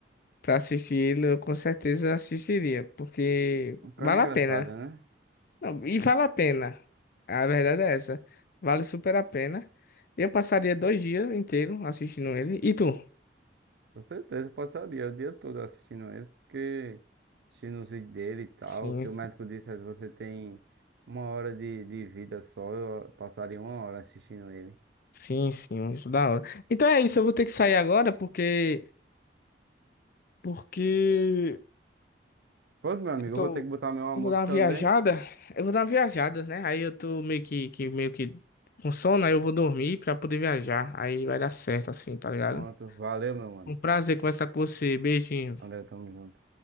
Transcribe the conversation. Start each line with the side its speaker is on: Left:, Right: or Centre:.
Left: pra assistir ele, eu com certeza assistiria, porque
Right: O cara
Left: vale
Right: é engraçado,
Left: a pena.
Right: né?
Left: Não, e vale a pena. A verdade é essa. Vale super a pena. Eu passaria dois dias inteiros assistindo ele. E tu?
Right: Com certeza, eu passaria o dia todo assistindo ele, porque assistindo os vídeos dele e tal.
Left: Sim.
Right: Se o médico dissesse você tem uma hora de, de vida só, eu passaria uma hora assistindo ele.
Left: Sim, sim, isso da hora. Então é isso, eu vou ter que sair agora porque porque
Right: Pronto, meu amigo,
Left: eu tô
Right: eu vou ter que botar meu almoço
Left: eu vou dar uma
Right: também.
Left: viajada, eu vou dar uma viajada, né? Aí eu tô meio que, que meio que com sono, aí eu vou dormir pra poder viajar. Aí vai dar certo assim, tá ligado?
Right: Pronto, valeu, meu mano.
Left: Um prazer conversar com você. Beijinho.
Right: Valeu, tamo junto.